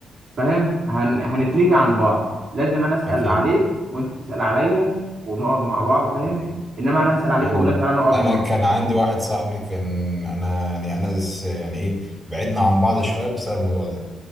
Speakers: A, on the right (about 45°); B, in the centre.
A: فاهم هن... هنتلهي عن بعض لازم انا اسال
B: اكيد
A: عليك وانت تسال عليا ونقعد مع بعض فاهم
B: اكيد
A: انما انا هسال عليك
B: انا
A: واقول لك تعالى نقعد
B: انا
A: مره
B: كان عندي واحد صاحبي كان انا يعني انا س- يعني ايه بعدنا عن بعض شويه بسبب الموضوع ده